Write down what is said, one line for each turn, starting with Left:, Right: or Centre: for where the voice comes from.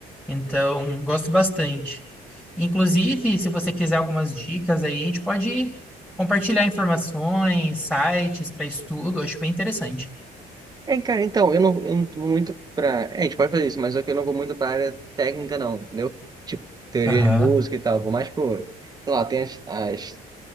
Centre: Então, gosto bastante. Inclusive, se você quiser algumas dicas aí, a gente pode compartilhar informações, sites para estudo, eu acho bem interessante.
Right: É, cara, então, eu não, eu não vou muito pra. É, a gente pode fazer isso, mas só que eu não vou muito pra área técnica, não, entendeu? Tipo, teoria
Centre: Aham,
Right: de música e tal. Vou mais, pô, sei lá, tem as, as